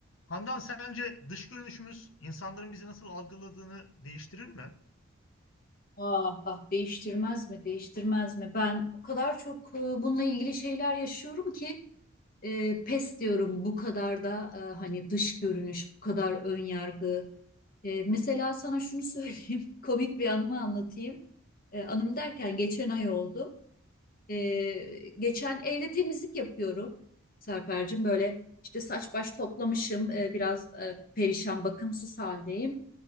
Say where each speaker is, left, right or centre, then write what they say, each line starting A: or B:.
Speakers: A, on the left (about 70°); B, on the left (about 40°).
A: Handan sence dış görünüşümüz insanların bizi nasıl algıladığını değiştirir mi?
B: Ah, ah değiştirmez mi değiştirmez mi ben o kadar çok e, bununla ilgili şeyler yaşıyorum ki e, pes diyorum bu kadar da e, hani dış görünüş bu kadar ön yargı E, mesela sana şunu söyleyeyim <laughs> komik bir anımı anlatayım E, anım derken geçen ay oldu E, geçen evde temizlik yapıyorum Serpercim böyle işte saç baş toplamışım E, biraz e, perişan bakımsız haldeyim